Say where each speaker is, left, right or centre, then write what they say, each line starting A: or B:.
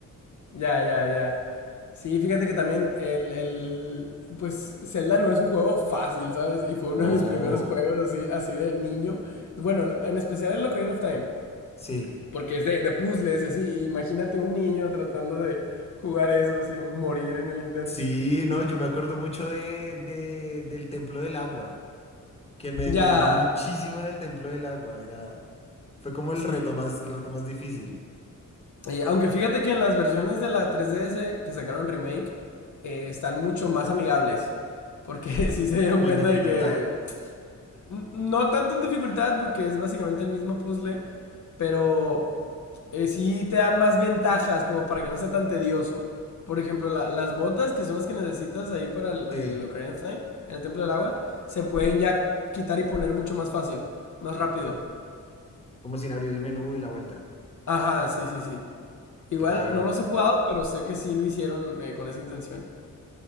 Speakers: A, on the left; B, on the left.
A: Ya, ya, ya. Sí, fíjate que también el, el, pues Zelda no es un juego fácil, ¿sabes? Y fue uno
B: No.
A: de mis primeros juegos así, así de niño. Bueno, en especial el Ocarina of Time,
B: Sí.
A: porque es de, de puzzles y así. Imagínate un niño tratando de jugar eso sin morir en el intento.
B: Sí, no, yo me acuerdo mucho de, de- del Templo del Agua. que me demoré
A: Ya,
B: muchísimo en el Templo del Agua. Era, fue como el
A: sí.
B: reto más, el reto más difícil,
A: Y aunque fíjate que en las versiones de la 3DS que sacaron remake, eh, están mucho más amigables. Porque <laughs> sí se dieron
B: como
A: cuenta
B: en dificultad.
A: de que N- No tanto en dificultad porque es básicamente el mismo puzzle, pero eh, sí te dan más ventajas como para que no sea tan tedioso. Por ejemplo, la- las botas que son las que necesitas ahí para el,
B: Sí,
A: el Ocarina of Time, el Templo del Agua, se pueden ya quitar y poner mucho más fácil, más rápido.
B: como sin abrir el menú y la vuelta.
A: Ajá, sí, sí, sí. Igual
B: Claro.
A: no los he jugado, pero sé que sí lo hicieron eh, con esa intención.